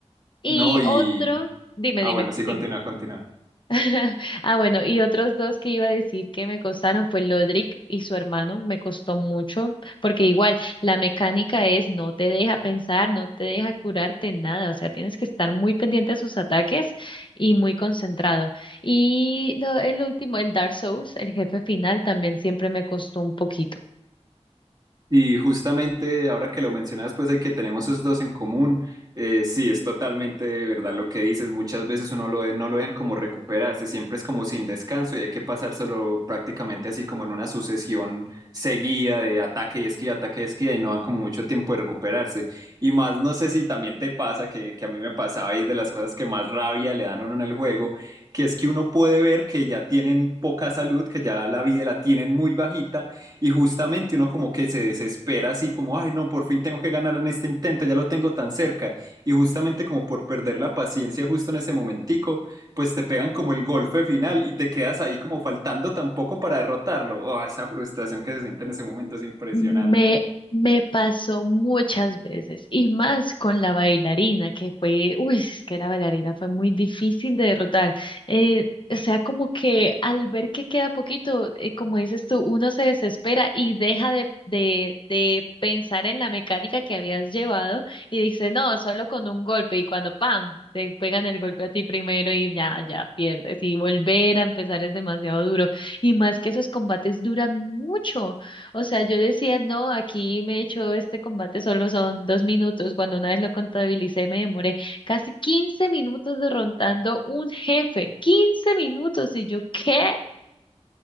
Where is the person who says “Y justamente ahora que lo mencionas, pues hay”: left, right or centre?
Right